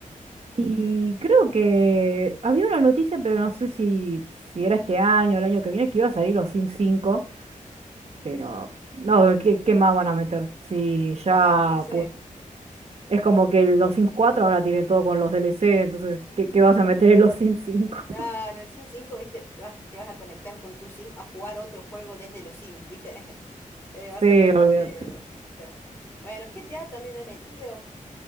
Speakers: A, on the right (about 50°); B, on the left (about 15°).
A: y creo que había una noticia, pero no sé si, si era este año o el año que viene, que iba a salir los Sims cinco pero no, ¿qué, qué más van a meter? Si
B: Pa,
A: ya
B: no sé.
A: Es como que los Sims 4 ahora tiene todo con los DLC, entonces, ¿qué, qué vas a meter en los Sims cinco
B: Nada,
A: <laughs>
B: en el Sim 5, viste, vas, te vas a conectar con tu Sim a jugar otro juego desde los Sims, viste. <laughs> Eh, va a
A: Sí,
B: ser re
A: olvídate.
B: flashero. O sea. Bueno, GTA también le he metido.